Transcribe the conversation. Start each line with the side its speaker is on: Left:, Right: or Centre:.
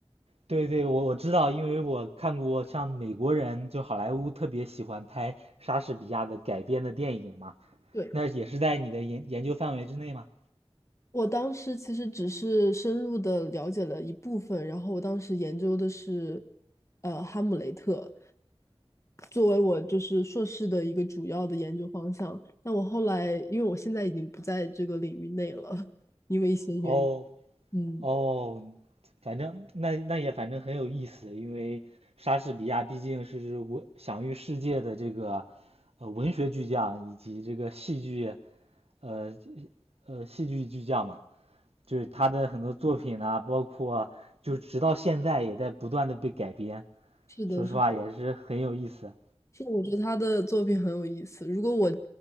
Right: 对对，我我知道，因为我看过像美国人，就好莱坞特别喜欢拍莎士比亚的改编的电影嘛，
Left: 对，
Right: 那也是在你的研研究范围之内嘛。
Left: 我当时其实只是深入的了解了一部分，然后我当时研究的是，呃，哈姆雷特，作为我就是硕士的一个主要的研究方向。但我后来，因为我现在已经不在这个领域内了，<laughs> 因为一些原因，
Right: 哦
Left: 嗯，
Right: 哦，反正那那也反正很有意思，因为莎士比亚毕竟是我享誉世界的这个呃文学巨匠以及这个戏剧呃呃戏剧巨匠嘛，就是他的很多作品啊，包括就直到现在也在不断的被改编。
Left: 是的，
Right: 说实话也是很有意思。
Left: 是的，是的我觉得他的作品很有意思。如果我